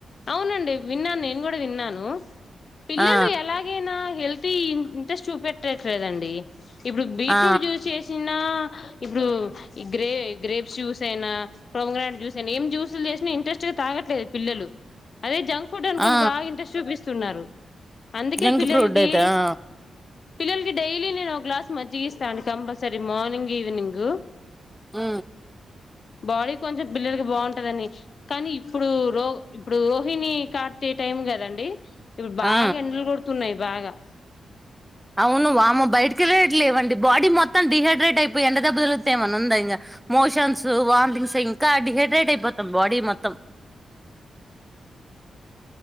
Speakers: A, on the left; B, in the centre.
A: అవునండి విన్నాను నేను కూడా విన్నాను పిల్లలు
B: ఆ
A: ఎలాగ ఎలాగే నా హెల్తీవి ఇంట్రెస్ట్ చూపెట్టట్లేదండి. ఇప్పుడు బీట్రూట్
B: ఆ
A: జ్యూస్ చేసిన ఇప్పుడు ఈ గ్రే గ్రేప్స్ జ్యూస్ అయినా పోమెగ్రనేట్ జ్యూస్ ఐన ఏం జూసులు చేసినా ఇంట్రెస్ట్గా తాగట్లేదు పిల్లలు అదే జంక్ ఫుడ్ అనుకోండి
B: ఆ
A: బాగా ఇంట్రెస్ట్ చూపిస్తున్నారు అందుకే
B: జంక్
A: పిల్లలకి
B: ఫ్రూట్ అయితే ఆ
A: పిల్లలకి డైలీ నేను ఒక గ్లాస్ మజ్జిగ ఇస్తాండి. కంపల్సరీ మార్నింగ్ ఈవనింగ్
B: ఉ
A: బాడీ కొంచెం పిల్లలకి బాగుంటదని కానీ ఇప్పుడు రో ఇప్పుడు రోహిణి కార్తీ టైం కదండి ఇప్పుడు బాగా
B: ఆ
A: ఎండలు కొడుతున్నాయి బాగా
B: అవును వామ్మో బయటకి వెళ్ళట్లేఅండి బాడీ మొత్తం డి హైడ్రేట్ అయిపోయి ఎండదెబ్బ తలుగుతేమన్న ఉంద ఇగ మోషన్స్ వాంటింగ్స్ ఇంకా డిహైడ్రేట్ అయిపోతాం బాడీ మొత్తం